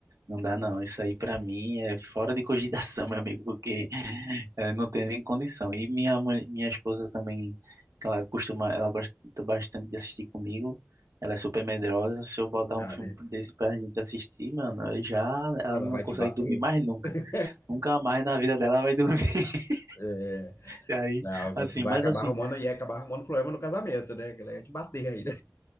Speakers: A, on the right; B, on the left.
A: Não dá não. Isso aí pra mim é fora de cogitação, <laughs> meu amigo, porque É, não tem nem condição. E minha mãe, minha esposa também, que ela costuma, ela gosta bastante de assistir comigo. Ela é super medrosa. Se eu botar
B: Não dá,
A: um filme
B: né?
A: desse pra gente assistir, mano, eu já ela
B: Ela
A: não
B: vai
A: consegue
B: te bater.
A: dormir mais nunca.
B: <laughs>
A: Nunca mais na vida dela ela vai dormir. <laughs>
B: É,
A: E Aí,
B: não,
A: assim,
B: tu vai
A: mas
B: acabar
A: assim,
B: arrumando, e acabar arrumando problema no casamento, né? A galera ia te bater aí, né?